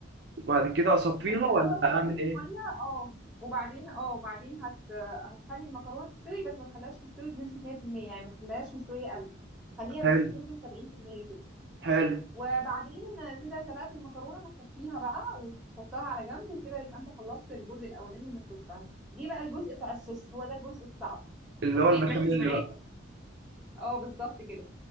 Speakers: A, on the right; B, in the centre.
A: وبعد كده اصفيها
B: انت الاول
A: ولا اعمل
B: هتغلي
A: ايه
B: الميه اه وبعدين اه وبعدين هت هتخلي المكرونه تستوي بس ما تخليهاش تستوي بنسبه 100% يعني ما تخليهاش مستويه قوي خليها
A: حلو
B: بس بنسبه 70% كده
A: حلو
B: وبعدين كده سلقة المكرونة هتصفيها بقى وتحطها على جنب وكده يبقى انت خلصت الجزء الأولاني من القصة جه بقى الجزء بتاع الصوص هو ده الجزء الصعب
A: اللي
B: اوكي
A: هو البشاميل
B: مركز
A: اللي
B: معايا
A: بقى
B: اه بالظبط كده